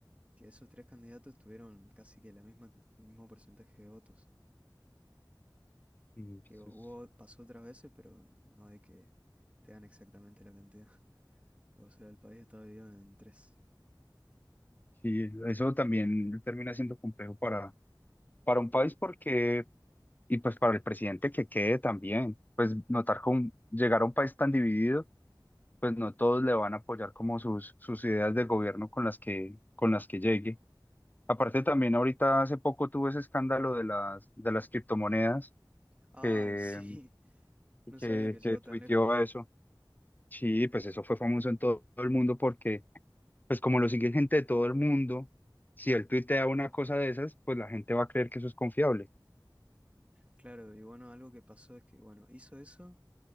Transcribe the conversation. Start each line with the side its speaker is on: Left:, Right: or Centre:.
Right: que esos tres candidatos tuvieron casi que la misma, mismo porcentaje de votos.
Left: mm,
Right: Que
Left: eso
Right: hubo,
Left: es
Right: pasó otras veces, pero no de que te dan exactamente la cantidad. <laughs> O sea, el país estaba dividido en tres.
Left: Sí, eso también termina siendo complejo para, para un país porque, y pues para el presidente que quede también, pues notar con llegar a un país tan dividido, pues no todos le van a apoyar como sus, sus ideas de gobierno con las que, con las que llegue. Aparte también ahorita hace poco tuvo ese escándalo de las, de las criptomonedas
Right: Ay,
Left: que,
Right: sí, <laughs> no
Left: que,
Right: sabía que llegó
Left: que tuiteó
Right: tan lejos.
Left: eso. Sí, pues eso fue famoso en todo el mundo porque pues como lo sigue gente de todo el mundo, si él tuitea una cosa de esas, pues la gente va a creer que eso es confiable.
Right: Claro, y bueno, algo que pasó es que, bueno, hizo eso